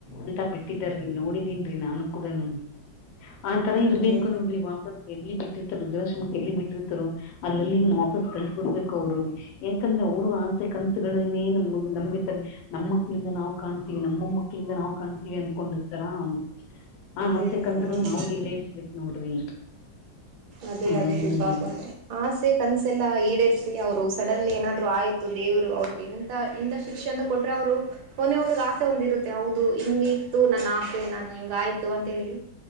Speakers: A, on the left (about 75°); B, on the right (about 80°).
A: ಅಂತ ಬಿಟ್ಟಿದ್ದರೀ ನೋಡಿದೀನ್ ರೀ ನಾನು ಕೂಡನೂ. ಆ ತರ ಇರ್ಬೇಕು
B: ಅದೇ
A: ನೋಡ್ರಿ ವಾಪಸ್ ಎಲ್ಲಿ ಬಿಟ್ಟಿರ್ತರು ವೃದ್ದಶ್ರಮಕ್ಕೆ ಎಲ್ಲಿ ಬಿಟ್ಟಿರ್ತ್ತರೋ. ಅಲ್ಲಲ್ಲಿ ವಾಪಸ್ ಕಳ್ಸಬಿಡ್ಬೇಕು ಅವ್ರುಗೆ. ಯಾಕಂದ್ರೆ ಅವ್ರು ಆಸೆ ಕನ್ಸುಗಳನ್ನೇ ನಮ್ ನಂಬಿರ್ತ್ತಾರೆ. ನಮ್ ಮಕ್ಳಿಂದ ನಾವ್ ಕಾಣ್ತೀವಿ ನಮ್ ಮೊಮ್ಮಕ್ಳಿಂದ ನಾವ್ ಕಾಣ್ತೀವಿ ಅನ್ಕೊಂಡಿರ್ತಾರಾ ಹ್ಮ್. ಹಾ
B: ಅದೇ
A: ಆಸೆ
B: ರೀ
A: ಕನ್ಸ್ಗಳು
B: ಹ್ಮ್
A: ನಾವು ಈಡೇರ್ಸ್ಬೇಕು ನೋಡ್ರಿ.
B: ಅದೇ
A: ಹ್ಮ್.
B: ಅದೇ ರೀ ಪಾಪ ಆಸೆ ಕನ್ಸೆಲ್ಲಾ ಈಡೇರ್ಸಿ ಅವರು. ಸಡನ್ಲಿ ಏನಾದ್ರು ಆಯ್ತು ದೇವ್ರು ಅವ್ರಿಗೆ ಎಂತ ಇಂಥ ಶಿಕ್ಷೆ ಅಂತ ಕೊಟ್ರೆ ಅವರು. ಮನೆಯವ್ರಗ್ ಆಸೆ ಒಂದ್ ಇರುತ್ತೆ ಹೌದು ಹಿಂಗ ಇತ್ತು ನನ್ನ ಆಸೆ ನಾನು ಹಿಂಗ ಆಯ್ತು ಅಂತೇಳಿ.